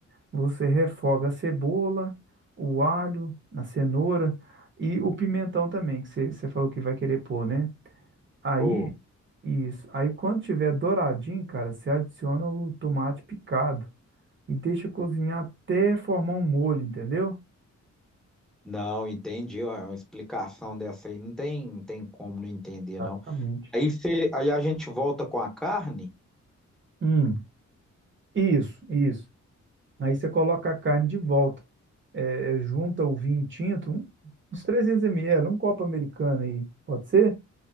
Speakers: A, on the right; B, in the centre.
A: você refoga a cebola, o alho, a cenoura e o pimentão também, que você você falou que vai querer pôr, né? Aí,
B: Vou.
A: isso. Aí quando tiver douradinho, cara, você adiciona o tomate picado e deixa cozinhar até formar um molho, entendeu?
B: Não, entendi. Ó, é uma explicação dessa aí não tem, não tem como não entender,
A: Exatamente.
B: não. Aí, cê, aí a gente volta com a carne?
A: Hum, isso, isso. Aí você coloca a carne de volta. é, junta o vinho tinto, um- uns 300 ml, um copo americano aí, pode ser?